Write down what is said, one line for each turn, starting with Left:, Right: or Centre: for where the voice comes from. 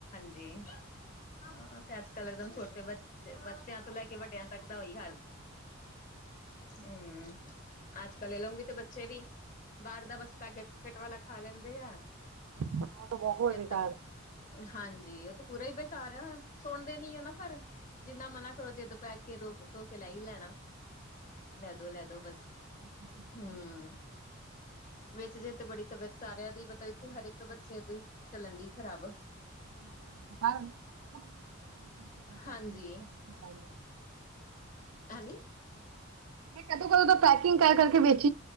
Left: ਜੀ ਹਾਂ ਤੇ ਅੱਜ-ਕੱਲ ਇੱਕਦਮ ਛੋਟੇ ਬੱਚੇ ਬੱਚਿਆਂ ਤੋਂ ਲੈ ਕੇ ਵੱਡਿਆਂ ਤੱਕ ਦਾ ਉਈ ਹਾਲ ਹੂੰ। ਅੱਜ-ਕਲ ਇਹ ਲੋਕ ਵੀ ਤੇ ਬੱਚੇ ਵੀ ਬਾਹਰ ਦਾ ਬਸ ਪੈਕੇਟ -ਪਕੇਟ ਵਾਲਾ ਖਾ ਲੈਂਦੇ ਆ।
Right: ਵਹਾ ਤੋ ਬਹੁਤ
Left: ਫਿਰ
Right: ਵਿਵਾਲ
Left: ਤਾਂ ਹਾਂਜੀ। ਉਹ ਤਾਂ ਪੂਰਾ ਹੀ ਬੇਕਾਰ ਆ ਸੁਣਦੇ ਨੀ ਆ ਨਾ ਪਰ ਜਿੰਨਾ ਮਨਾ ਕਰੋ ਜਿੱਦ ਪੈ ਕੇ ਰੋ ਧੋ ਕੇ ਲੈ ਹੀ ਲੈਣਾ। ਲੈ ਦੋ ਲੈ ਦੋ ਬਸ
Right: ਕ?
Left: ਹਮ
Right: <unintelligible>
Left: ਵਿੱਚ ਜੇਥੇ ਬੜੀ ਤਬੀਅਤ ਸਾਰਿਆਂ ਦੀ ਮਤਲਬ ਇੱਥੇ ਹਰ ਇੱਕ ਬੱਚੇ ਦੀ ਚੱਲਣ ਦੀ ਖ਼ਰਾਬ
Right: <unintelligible>
Left: ਹਾਂਜੀ ਕੁਝ ਖਾ ਲੈ।
Right: ਮੈਂ ਕਦੋਂ -ਕਦੋਂ ਦਾ ਪੈਕਿੰਗ ਕਰ ਕਰਕੇ ਵੇਚ